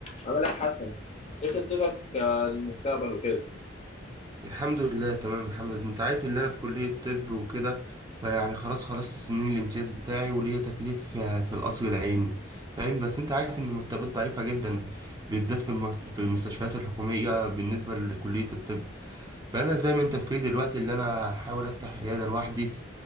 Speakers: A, on the left (about 35°); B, on the right (about 20°).
A: عامل ايه يا حسن ايه خطتك آه، للمستقبل وكده
B: الحمد لله تمام يا محمد انت عارف ان انا في كلية طب وكده فيعني خلاص خلصت سنين الامتياز بتاعي وليا تكليف آه، في القصر العيني فاهم بس انت عارف ان المرتبات ضعيفة جدا بالذات في الم- في المستشفيات الحكومية بالنسبة لكلية الطب فانا دايما تفكيري دلوقتي ان انا احاول افتح عيادة لوحدي